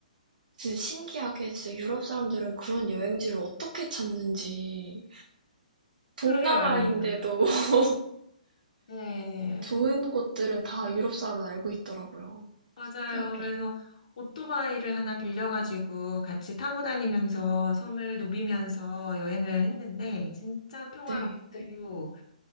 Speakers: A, on the right; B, on the left.
A: 진짜 신기하게 진짜 유럽 사람들은 그런 여행지를 어떻게 찾는지 동남아인데도
B: 그러게 말이에요.
A: <laughs>
B: 네,
A: 좋은 곳들은 다 유럽 사람은 알고 있더라고요.
B: 맞아요.
A: 신기하게.
B: 그래서 오토바이를 하나 빌려가지고 같이 타고 다니면서 섬을 누비면서 여행을 했는데 진짜 네. 평화롭고
A: 네.